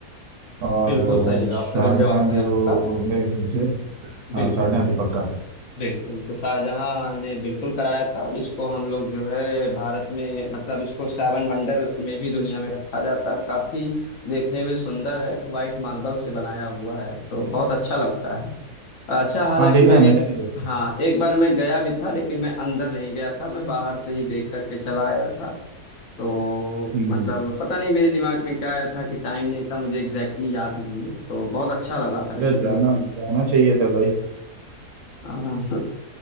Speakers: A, on the right; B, on the left.
A: और
B: बिल्कुल सही
A: अ,
B: जवा-
A: शाहजहां
B: जवाब है
A: जो
B: आपका
A: मेरे ख्याल से हाँ
B: बिल्कुल
A: शाहजहां थे पक्का
B: बिल्कुल तो शाहजहां ने बिल्कुल कराया था और इसको हम लोग जो है भारत में मतलब इसको सेवन वंडर में भी दुनिया में रखा जाता है और काफी देखने में सुंदर है वाइट मार्बल से बनाया हुआ है तो बहुत अच्छा लगता है अच्छा हालांकि
A: हाँ देखा
B: मैं
A: है
B: एक
A: मैंने भी देखा
B: हाँ एक बार मैं गया भी था लेकिन मैं अंदर नहीं गया था मैं बाहर से ही देख करके चला आया था तो
A: हम्म
B: मतलब पता नहीं मेरे दिमाग में क्या आया था कि टाइम नहीं था मुझे एग्जैक्टली exactly याद नहीं है तो बहुत अच्छा लगा था लेकिन
A: अरे जाना
B: देख के
A: जाना चाहिए था भाई
B: हाँ <laughs>